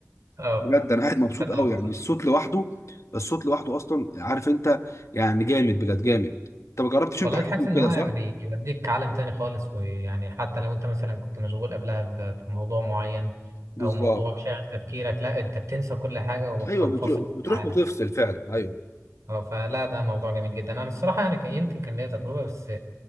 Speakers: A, on the right (about 80°); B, on the left (about 70°).
A: اه
B: بجد انا قاعد مبسوط
A: مصدقك
B: قوي يعني
A: والله
B: الصوت لوحده الصوت لوحده اصلا عارف انت يعني جامد بجد جامد انت ما جربتش
A: والله
B: انت حاجه
A: تحس
B: من
A: ان
B: كده
A: هو
B: صح
A: يعني بي- بيوديك عالم تاني خالص ويعني حتى لو انت مثلا كنت مشغول قبلها ب- بموضوع معين
B: بالظبط
A: او موضوع شاغل تفكيرك لا انت بتنسى كل حاجه وبتنفصل
B: ايوه بتروح
A: عن
B: بتروح
A: العالم
B: بتفصل فعلا ايوه
A: اه فلا ده موضوع جميل جدا انا الصراحه يعني كان- يمكن كان ليا تجربه بس